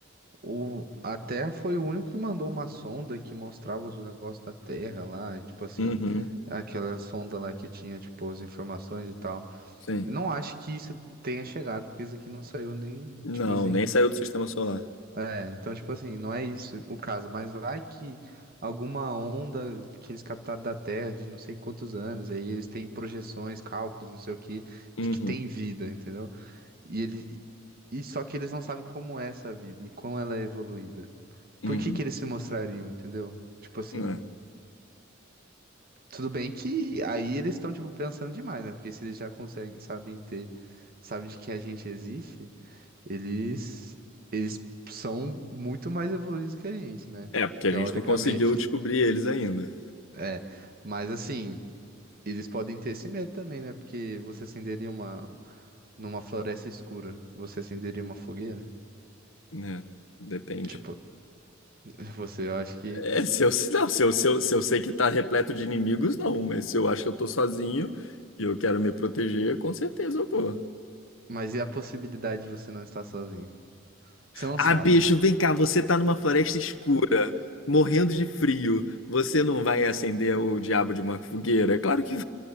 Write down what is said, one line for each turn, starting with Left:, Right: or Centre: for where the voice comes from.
Right: O, a Terra foi o único que mandou uma sonda que mostrava os negócios da Terra lá, e, tipo assim,
Left: Uhum,
Right: aquela sonda lá que tinha, tipo, as informações e tal.
Left: sim.
Right: Não acho que isso tenha chegado, porque isso aqui não saiu nem,
Left: Não,
Right: tipo assim.
Left: nem saiu do sistema solar.
Right: É, então, tipo assim, não é isso o caso, mas vai que alguma onda que eles captaram da Terra de não sei quantos anos, aí eles têm projeções, cálculos, não sei o que, de
Left: Uhum,
Right: que tem vida, entendeu? E, ele, e só que eles não sabem como é essa vida e como ela é evoluída. Por
Left: uhum.
Right: que que eles se mostrariam, entendeu? Tipo assim,
Left: É,
Right: tudo bem que aí eles estão tipo pensando demais, né? Porque se eles já conseguem, sabem ter, sabem de que a gente existe, eles eles são muito mais evoluídos que a gente, né?
Left: É, porque a
Right: Teoricamente.
Left: gente não conseguiu descobrir eles ainda,
Right: É, mas assim, eles podem ter esse medo também, né? Porque você acenderia uma numa floresta escura, você acenderia uma fogueira?
Left: né? Depende.
Right: Tipo, <laughs> Você, eu acho que.
Left: É, se eu, não, se eu, se eu, se eu sei que tá repleto de inimigos, não, mas se eu acho que eu tô sozinho e eu quero me proteger, com certeza eu vou.
Right: Mas e a possibilidade de você não estar sozinho? Você não
Left: Ah,
Right: sabe.
Left: bicho, vem cá, você tá numa floresta escura, morrendo de frio. Você não vai acender o diabo de uma fogueira? É claro que